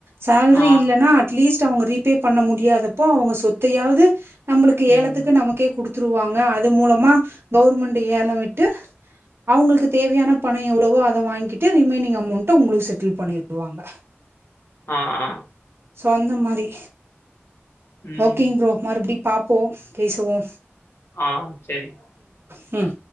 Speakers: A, on the right (about 60°); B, on the left (about 60°).
A: சேலரி
B: ஆ
A: இல்லனா அட்லீஸ்ட் அவுங்க ரீபே பண்ண முடியாதப்போ அவுங்க சொத்தையாது நம்மளுக்கு ஏலத்துக்கு
B: ம்
A: நமக்கே குடுத்துருவாங்க அது மூலமா கவுர்மெண்டு ஏல விட்டு அவுங்ளுக்கு தேவயான பண எவ்வளவோ அத வாங்கிக்கிட்டு ரிமைனிங் அமௌண்ட உங்களுக்கு செட்டில் பண்ணிடுவாங்க
B: ஆ ஆ
A: சொந்த மாரி
B: ம்
A: ஓகேங் ப்ரோ மறுபடி பாப்போ பேசுவோ
B: ஆ சேரி
A: ம்